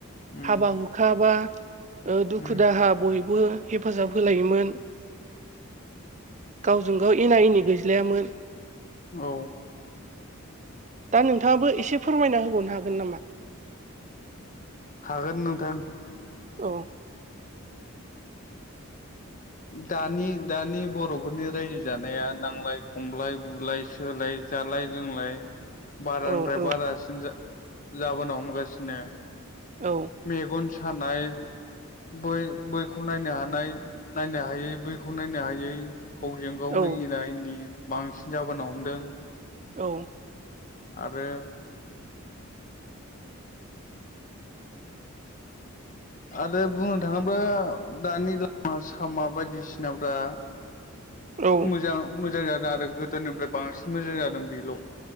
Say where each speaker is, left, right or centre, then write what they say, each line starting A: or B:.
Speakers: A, on the left; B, on the right.
A: उम
B: हाबा हुखा खा बा दुखु
A: उम
B: दाहा बयबो हेफाजाब होलायोमोन। गावजों गाव एना एनि गैज्लायामोन।
A: औ
B: दा नोंथाङाबो एसे फोरमायना होबावनो हागोन नामा
A: हागोन नोंथां।
B: औ
A: दानि दानि बर'फोरनि रायजो जानाया नांलाय खमलाय बुलाय सोलाय जालाय लोंलाय बारानिफ्राय
B: औ औ
A: बारासिन जा जाबोनो हमगासिनो
B: औ
A: मेगन सानाय बै बैखौ नायनो हानाय नायनो हायै बैखौ नायनो हायै गावजों गावनो
B: औ
A: एना एनि बांसिन जाबोनो हमदों
B: औ
A: आरो आरो बुंनो थाङोब्ला दानि लामा सामा बायदिसिनाफ्रा
B: औ
A: मोजां मोजां जादों आरो गोदोनिफ्राय बांसिन मोजां जादों बेल'